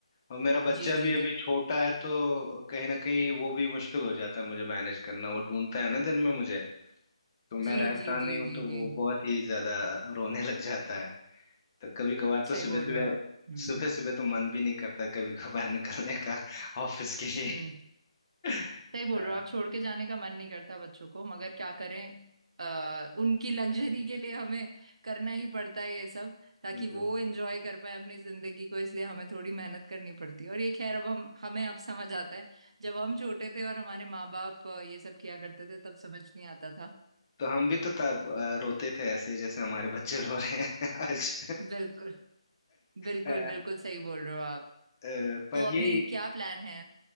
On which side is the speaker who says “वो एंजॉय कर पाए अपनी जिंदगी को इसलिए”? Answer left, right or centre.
Right